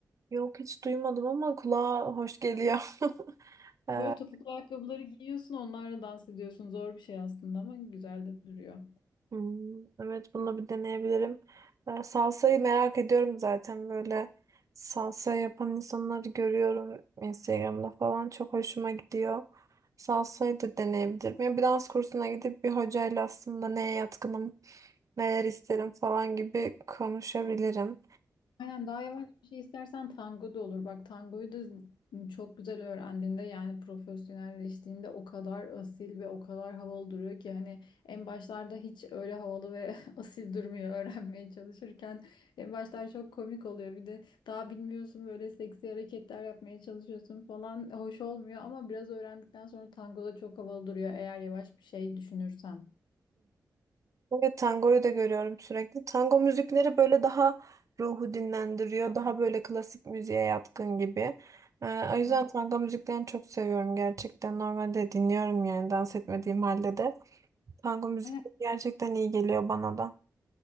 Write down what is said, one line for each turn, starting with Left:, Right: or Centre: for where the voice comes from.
Right: Yok hiç duymadım ama kulağa hoş geliyor. <laughs> Ee,
Left: Böyle topuklu ayakkabıları giyiyorsun, onlarla dans ediyorsun. Zor bir şey aslında ama güzel de duruyor.
Right: Hmm, evet bunu bir deneyebilirim. Ee, salsayı merak ediyorum zaten böyle salsa yapan insanları görüyorum Instagram'da falan çok hoşuma gidiyor. Salsayı da deneyebilirim. Yani bir dans kursuna gidip bir hocayla aslında neye yatkınım, neler isterim falan gibi konuşabilirim.
Left: Aynen daha yavaş bir şey istersen tango da olur. Bak tangoyu da çok güzel öğrendiğinde yani profesyonelleştiğinde o kadar asil ve o kadar havalı duruyor ki hani en başlarda hiç öyle havalı ve <laughs> asil durmuyor öğrenmeye çalışırken. En başlar çok komik oluyor. Bir de daha bilmiyorsun böyle seksi hareketler yapmaya çalışıyorsun falan hoş olmuyor ama biraz öğrendikten sonra tango da çok havalı duruyor eğer yavaş bir şey düşünürsen.
Right: Evet tangoyu da görüyorum sürekli. Tango müzikleri böyle daha ruhu dinlendiriyor. Daha böyle klasik müziğe yatkın gibi. Ee, o yüzden
Left: Aynen.
Right: tango müziklerini çok seviyorum gerçekten. Normalde dinliyorum yani dans etmediğim halde de. Tango müzik
Left: Aynen.
Right: gerçekten iyi geliyor bana da.